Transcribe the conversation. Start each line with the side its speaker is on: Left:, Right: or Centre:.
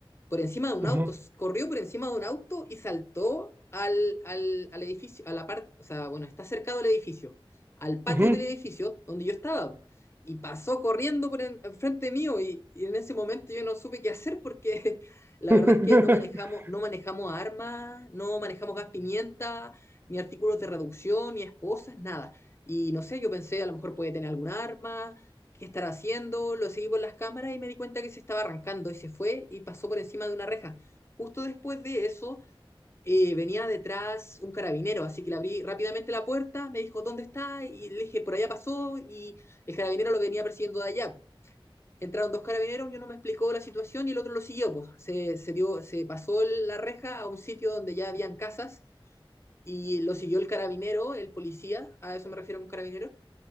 Left: por encima de un
Right: Ujú,
Left: auto, s- corrió por encima de un auto y saltó al, al, al edificio, a la parte, o sea, bueno, está cercado al edificio, al patio
Right: ujú.
Left: del edificio donde yo estaba. Y pasó corriendo por en, enfrente mío y, y, en ese momento yo no supe qué hacer porque <laughs> la
Right: <laughs>
Left: verdad es que no manejamos, no manejamos armas, no manejamos gas pimienta, ni artículos de reducción, ni esposas, nada. Y no sé, yo pensé, a lo mejor puede tener algún arma, qué estará haciendo, lo seguí por las cámaras y me di cuenta que se estaba arrancando y se fue y pasó por encima de una reja. Justo después de eso eh, venía detrás un carabinero, así que le abrí rápidamente la puerta, me dijo, ¿dónde está? Y le dije, por allá pasó y el carabinero lo venía persiguiendo de allá. Entraron dos carabineros, uno me explicó la situación y el otro lo siguió. Pues. Se, se, dio, se pasó la reja a un sitio donde ya habían casas y lo siguió el carabinero, el policía, a eso me refiero con carabinero.